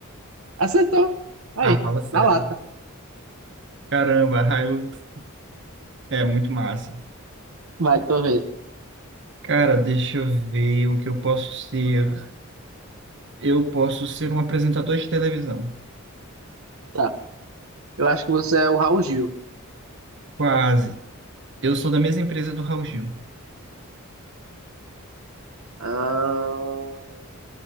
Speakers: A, on the right; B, on the right.
A: Acertou. Aí,
B: Ah, fala sério.
A: na lata.
B: Caramba, a Hilux é muito massa.
A: Vai, tua
B: Cara, deixa eu ver o que eu posso ser. Eu posso ser um apresentador de televisão.
A: Tá. Eu acho que você é o Raul Gil.
B: Quase. Eu sou da mesma empresa do Raul Gil.
A: Ah,